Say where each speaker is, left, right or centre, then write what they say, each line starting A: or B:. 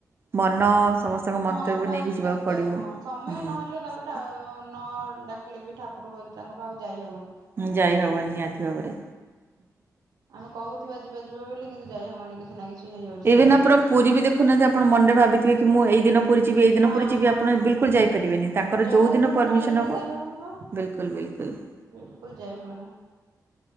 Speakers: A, on the right; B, on the right.
A: ମନ ସମସ୍ତଙ୍କ ମନ୍ତବ୍ୟ
B: ହଁ ଟାଇମ
A: ନେଇକି ଯିବାକୁ
B: ଦରକାର
A: ପଡ଼ିବ।
B: ହଁ ସମୟ
A: ହୁଁ।
B: ନହେଲେ। ତାପରେ
A: ସେଇଟା
B: ନ ଡା ହେଲେବି ଠାକୁର ତାଙ୍କ ପାଖକୁ ଯାଇହବନି।
A: ଉଁ ଯାଇ ହବନି ନିହାତି ଭାବରେ?
B: ଆମେ କହୁଥିବା ଯିବା ଯିବା ବୋଲି କିନ୍ତୁ ଯାଇହବନି। କିଛି ନା କିଛି ହେଇଯାଉଛି
A: ଏବେ
B: ସେଦିନ।
A: ନା ଆପଣ ପୁରୀ ବି ଦେଖୁନାହାନ୍ତି। ଆପଣ ମନରେ ଭାବିଥିବେ କି ମୁଁ ଏଇ ଦିନ ପୁରୀ ଯିବି ଏଇଦିନ
B: ହଁ
A: ପୁରୀ ଯିବି
B: ହଁ
A: ଆପଣ
B: ହଁ।
A: ବିଲକୁଲ ଯାଇପାରିବେନି। ତାଙ୍କର
B: ଜଗାର
A: ଯୋଉ ଦିନ
B: ଡୋରି
A: ପରମିସନ୍
B: ନ ଲାଗିଲେ
A: ହବ
B: ଯାଇ ହବନି ବା
A: ବିଲକୁଲ୍ ବିଲକୁଲ୍। <inaudible>
B: ବିଲକୁଲ ଯାଇ ହବନି।